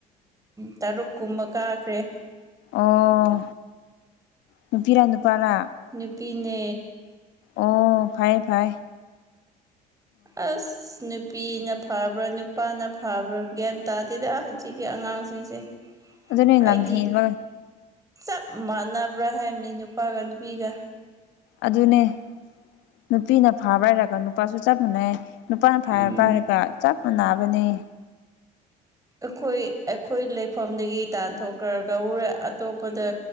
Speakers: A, on the right; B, on the left.
A: ꯇꯔꯨꯛ ꯀꯨꯝꯕ ꯀꯥꯈ꯭ꯔꯦ
B: ꯑꯣ ꯅꯨꯄꯤꯔꯥ ꯅꯨꯄꯥꯔꯥ
A: ꯅꯨꯄꯤꯅꯦ
B: ꯑꯣ ꯐꯥꯏ ꯐꯥꯏ
A: ꯑꯁ ꯅꯨꯄꯤꯅ ꯐꯕ꯭ꯔꯥ ꯅꯨꯄꯥꯅ ꯐꯕ꯭ꯔꯥ ꯒ꯭ꯌꯥꯟ ꯇꯥꯗꯦꯗ ꯍꯧꯖꯤꯛ ꯁꯤꯒꯤ ꯑꯉꯥꯡꯁꯤꯡꯁꯦ
B: ꯑꯗꯨ ꯅꯣꯏ
A: ꯑꯩꯗꯤ
B: ꯂꯝ ꯍꯦꯟꯕ
A: ꯆꯞ ꯃꯥꯟꯅꯕ꯭ꯔꯥ ꯍꯥꯏꯕꯅꯤ ꯅꯨꯄꯥꯒ ꯅꯨꯄꯤꯒ
B: ꯑꯗꯨꯅꯦ ꯅꯨꯄꯤꯅ ꯐꯥꯕ ꯍꯥꯏꯔꯒ ꯅꯨꯄꯥꯁꯨ ꯆꯞ ꯃꯥꯟꯅꯩ ꯅꯨꯄꯥꯅ ꯐꯥꯔ
A: ꯎꯝ
B: ꯄꯔꯒ ꯆꯞ ꯃꯥꯟꯅꯕꯅꯤ
A: ꯑꯩꯈꯣꯏ ꯑꯩꯈꯣꯏ ꯂꯩꯐꯝꯗꯒꯤ ꯇꯥꯟꯊꯣꯛꯈ꯭ꯔ ꯀꯔꯦ ꯑꯇꯣꯞꯄꯗ